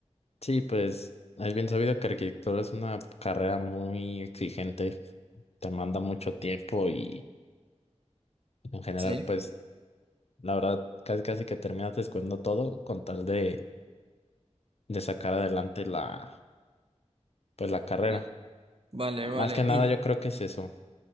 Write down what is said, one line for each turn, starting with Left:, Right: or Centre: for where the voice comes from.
Left: Sí, pues es bien sabido que arquitectura es una carrera muy exigente, te manda mucho tiempo y en general,
Right: ¿sí?
Left: pues la verdad, casi casi que terminas descuidando todo con tal de, de sacar adelante la, pues, la carrera.
Right: Va- Vale,
Left: Más
Right: vale.
Left: que nada,
Right: Y
Left: yo creo que es eso.